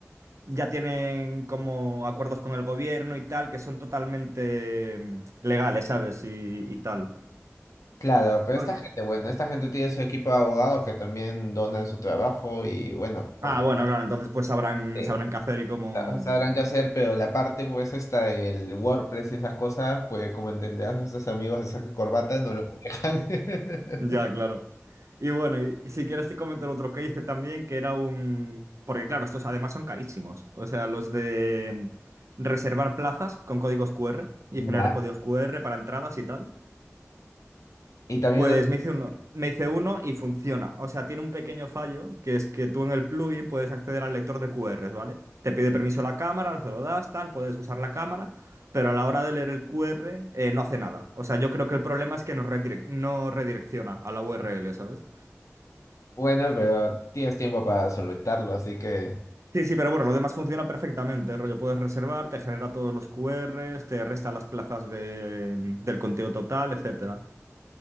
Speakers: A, on the right (about 65°); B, on the left (about 80°).
A: ya tienen como acuerdos con el gobierno y tal, que son totalmente mm, legales, ¿sabes? Y, y tal.
B: Claro, pero
A: Porque,
B: esta gente, bueno, esta gente tiene su equipo de abogados que también donan su trabajo y bueno, con,
A: Ah, bueno, claro, entonces pues sabrán,
B: eh,
A: sabrán qué hacer y cómo...
B: sab- sabrán qué hacer, pero la parte pues esta del WordPress y esas cosas, pues como entenderán nuestros amigos de saco y corbata no lo manejan. <laughs>
A: Ya, claro. Y bueno, y si quieres te comento el otro que hice también, que era un... Porque claro, estos además son carísimos. O sea, los de reservar plazas con códigos QR y
B: Ya.
A: generar códigos QR para entradas y tal.
B: Y también
A: Pues
B: lo...
A: me hice uno, me hice uno y funciona. O sea, tiene un pequeño fallo, que es que tú en el plugin puedes acceder al lector de QRs, ¿vale? Te pide permiso la cámara, se lo das, tal, puedes usar la cámara, pero a la hora de leer el QR eh, no hace nada. O sea, yo creo que el problema es que nos redirec- no redirecciona a la URL, ¿sabes?
B: Bueno, pero tienes tiempo para solventarlo, así que...
A: Sí, sí, pero bueno, lo demás funciona perfectamente. Rollo, puedes reservar, te genera todos los Q QRs, te resta las plazas de- del contenido total, etcétera.